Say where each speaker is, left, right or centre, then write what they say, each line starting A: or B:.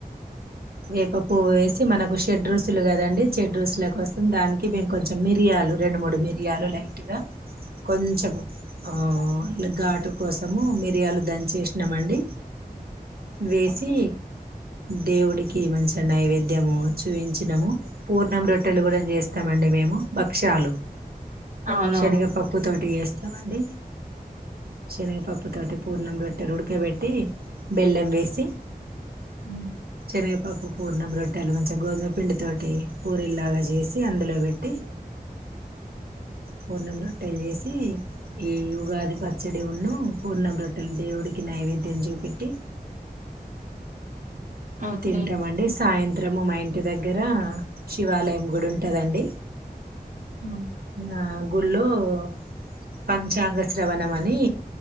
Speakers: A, on the right; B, on the right.
A: వేప పువ్వు వేసి మనకు షెడ్ రుచూలు కద అండి షెడ్ రుచులు కోసం దానికి మేం కొంచెం మియాలు రెండు మూడు మి రియాలో లైట్గా కొంచం ఆ ఘాటు కోసము మిరియాలు దన్ చేసినామండి వేసి దేవుడికి మంచిగా నైవేద్యము చూపించినాము పూర్ణం రొట్టెలు కూడా చేస్ స్తామండి మేము భక్షాలు
B: అవునవును
A: శనగపప్పు తోటి వేస్ వండి శనిగపప్పు పప్పు తోటి పూర్ణం రొట్టెలు ఉడక పెట్టి టి బెల్లం వేసి
B: మ్మ్
A: శనగపప్పు పూర్ణం రొట్టెలు కొంచెం గోధుమ పిండి తోటి పూరి లాగా చేసి అందులో పెట్టి పూర్ణం రొట్టె చేసి ఈ ఉగాది పచ్చడి వున్ను పూర్ణం రెట్టల్ దేవుడికి ఈ నైవేద్యం జూపెట్టి
B: ఓకే
A: తింటామండి సాయం త్రము మా ఇంటి దగ్గర శివాలయం గుడి ఉంటదండి
B: హ్మ్.
A: ఆ గుళ్ళో తో పంచాంగ శ్రవణం అని